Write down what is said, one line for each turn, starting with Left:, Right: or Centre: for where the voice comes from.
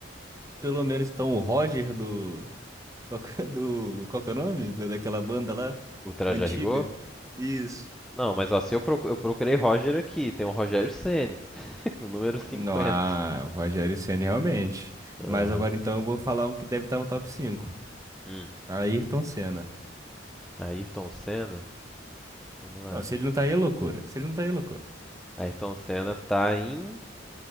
Right: pelo menos então o Roger do, qual que é do, qual que é o nome? Da- daquela banda lá,
Centre: o Traje
Right: antiga?
Centre: a Rigor.
Right: Isso.
Centre: Não, mas ó, se eu procu- eu procurei Roger aqui, tem o Rogério Ceni. <laughs> O número cinquenta
Right: Não, ah, o Rogério Ceni realmente.
Centre: Aham.
Right: Mas agora então eu vou falar um que deve estar no top 5.
Centre: Uhum. Hum.
Right: Ayrton Senna.
Centre: Ayrton Senna. Vamos lá.
Right: Não, se ele não tá aí é loucura. Se ele não tá aí é loucura.
Centre: Ayrton Senna tá em.